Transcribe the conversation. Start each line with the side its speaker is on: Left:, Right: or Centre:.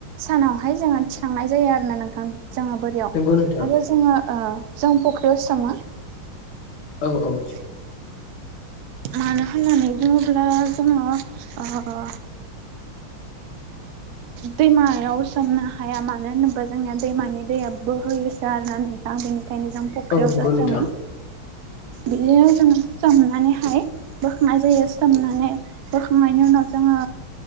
Right: सानावहाय जोङो थिखांनाय जायो आरोना नोंथां जोङो बोर रियाव
Left: नंगौ नोंथां
Right: आरो जोङो जों फुख्रियाव सोमो
Left: औ औ
Right: <inaudible> मानो होननानै बुङोब्ला जोङो ओ दैमायाव सोमनो हाया मानो होनोबा जोंना दैमानि दैया बोहैयोसो आरोना आं बेनिखायनो जों फुख्रियावसो
Left: औ नंगौ नोंथां
Right: सोमो बिदियोनो जोंङो सोमनानैहाय बोखांनाय जायो सोमनानै बोखांनायनि उनाव जोङो